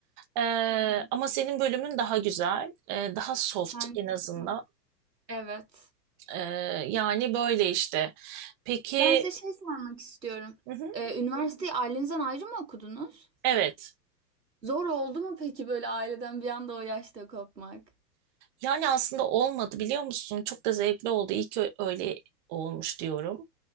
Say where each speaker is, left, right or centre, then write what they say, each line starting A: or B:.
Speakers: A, on the right (about 30°); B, on the right (about 80°).
A: Ee,
B: Hı hı.
A: ama senin bölümün daha güzel, e, daha soft
B: Bence
A: en azından.
B: de. Evet.
A: Ee, yani böyle işte. Peki,
B: Ben size şey sormak istiyorum.
A: hı hı,
B: Ee, üniversiteyi ailenizden ayrı mı okudunuz?
A: evet.
B: Zor oldu mu peki böyle aileden bir anda o yaşta kopmak?
A: Yani aslında olmadı biliyor musun? Çok da zevkli oldu. İyi ki öyle olmuş diyorum.